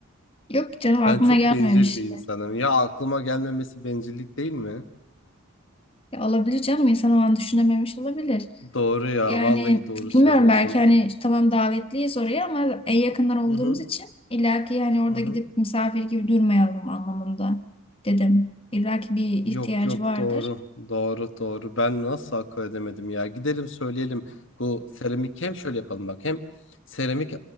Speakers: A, on the left (about 25°); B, on the left (about 60°).
A: Yok canım aklına
B: Ben çok
A: gelmemiştir.
B: bencil bir insanım. Ya aklıma gelmemesi bencillik değil mi?
A: Ya olabilir canım insan o an düşünememiş olabilir.
B: Doğru ya.
A: Yani
B: Vallahi doğru
A: bilmiyorum
B: söylüyorsun.
A: belki hani tamam davetliyiz oraya ama en yakınlar olduğumuz
B: Hı hı.
A: için illaki hani orada
B: Hı hı.
A: gidip misafir gibi durmayalım anlamında dedim. İllaki bir
B: Yok
A: ihtiyacı
B: yok
A: vardır.
B: doğru. Doğru doğru. Ben nasıl akıl edemedim ya. Gidelim söyleyelim. Bu seramik hem şöyle yapalım bak. Hem seramik